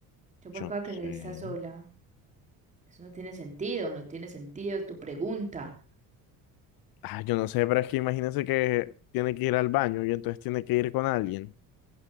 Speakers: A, on the right; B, on the left.
A: Yo por
B: yo
A: qué
B: no
A: voy a querer
B: sé.
A: estar sola. Eso no tiene sentido, no tiene sentido tu pregunta.
B: Ah, yo no sé, pero es que imagínense que tiene que ir al baño y entonces tiene que ir con alguien.